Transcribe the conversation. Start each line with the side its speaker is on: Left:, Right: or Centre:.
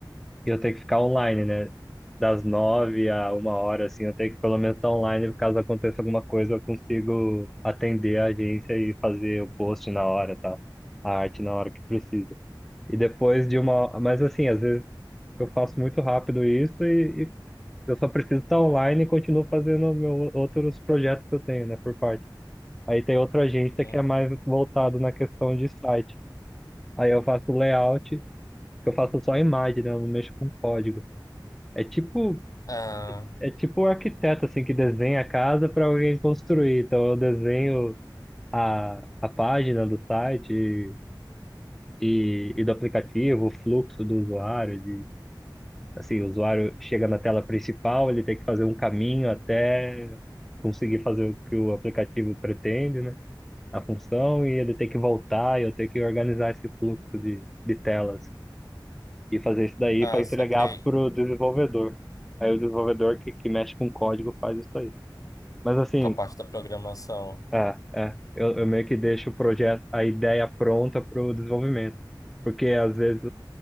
Centre: e eu tenho que ficar online, né? Das nove a uma hora, assim, eu tenho que pelo menos estar online, caso aconteça alguma coisa, eu consigo atender a agência e fazer o post na hora, tá a arte na hora que precisa. E depois de uma, mas assim, às vezes eu faço muito rápido isso e, e eu só preciso estar online e continuo fazendo meus outros projetos que eu tenho, né, por parte. Aí tem outra agência
Left: Uhum,
Centre: que
Left: uhum.
Centre: é mais voltado na questão de site. Aí eu faço layout, que eu faço só imagem, né? Eu não mexo com código. É tipo,
Left: Ah,
Centre: é tipo o arquiteto assim que desenha a casa para alguém construir. Então eu desenho a, a página do site e, e do aplicativo, o fluxo do usuário, de assim, o usuário chega na tela principal, ele tem que fazer um caminho até conseguir fazer o que o aplicativo pretende, né? a função e ele ter que voltar e eu ter que organizar esse fluxo de, de telas e fazer isso daí
Left: ah,
Centre: para entregar
Left: saquei.
Centre: para o desenvolvedor. Aí o desenvolvedor que, que mexe com código faz isso aí. Mas assim,
Left: Com a parte da programação.
Centre: é, é, eu, eu meio que deixo o projeto, a ideia pronta para o desenvolvimento, porque às vezes